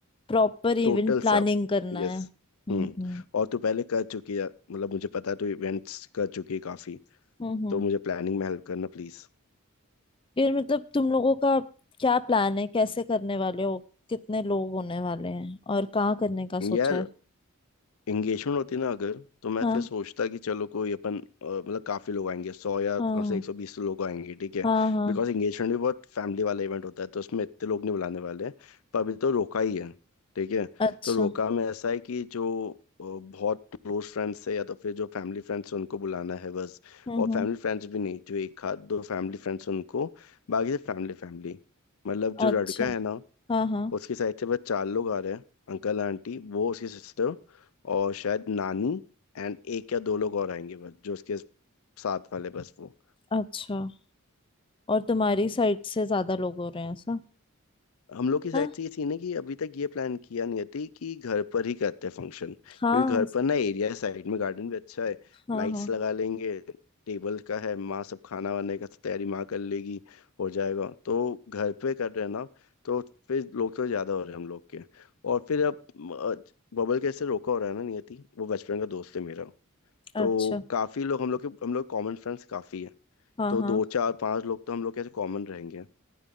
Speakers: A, on the left; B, on the left.
A: प्रॉपर इवेंट
B: टोटल
A: प्लानिंग
B: सब
A: करना
B: यस
A: है हम्म
B: हम्म
A: हम्म
B: और तू पहले कर चुकी है मतलब मुझे पता है तू इवेंट्स कर चुकी है काफ़ी
A: हम्म हम्म।
B: तो मुझे प्लानिंग में हेल्प करना प्लीज़
A: फिर मतलब तुम लोगों का क्या प्लान है कैसे करने वाले हो कितने लोग होने वाले हैं और कहाँ करने का सोचा
B: यार
A: है
B: एंगेजमेंट होती ना अगर तो मैं
A: हाँ
B: फिर सोचता कि चलो कोई अपन अ, मतलब काफी लोग आएंगे सौ या
A: हाँ
B: कम से एक सौ बीस लोग आएंगे ठीक है
A: हाँ हाँ
B: बिकॉज एंगेजमेंट भी बहुत फैमिली वाला इवेंट होता है तो उसमें इतने लोग नहीं बुलाने वाले हैं पर अभी तो रोका ही है ठीक है
A: अच्छा
B: तो रोका में ऐसा है कि जो अ, बहुत क्लोज फ्रेंड्स है या तो फिर जो फैमिली फ्रेंड्स है उनको बुलाना है बस
A: हम्म
B: और
A: हम्म
B: फैमिली फ्रेंड्स भी नहीं जो एक आध दो फैमिली फ्रेंड्स उनको बाकी से फैमिली फैमिली मतलब जो
A: अच्छा
B: लड़का है ना
A: हाँ हाँ
B: उसकी साइड से बस चार लोग आ रहे हैं अंकल आंटी वो उसकी सिस्टर और शायद नानी एंड एक या दो लोग और आएंगे बस जो उसके साथ वाले बस वो
A: अच्छा और तुम्हारी साइड से ज्यादा लोग हो रहे हैं ऐसा
B: हम लोग की साइड
A: हाँ।
B: से ये सीन है कि अभी तक ये प्लान किया नहीं थी कि घर पर ही करते हैं फंक्शन क्योंकि
A: हाँ
B: घर पर ना एरिया है साइड में गार्डन भी अच्छा है
A: हाँ
B: लाइट्स
A: हाँ
B: लगा लेंगे टेबल का है माँ सब खाना वाने का तैयारी माँ कर लेगी हो जाएगा तो घर पे कर रहे हैं ना तो फिर लोग तो ज्यादा हो रहे हैं हम लोग के और फिर अब अ, बबल कैसे रोका हो रहा है ना नियति वो बचपन का दोस्त है मेरा
A: अच्छा
B: तो काफी लोग हम लोग के हम लोग कॉमन फ्रेंड्स काफी है
A: हाँ
B: तो
A: हाँ
B: दो चार पांच लोग तो हम लोग कैसे कॉमन रहेंगे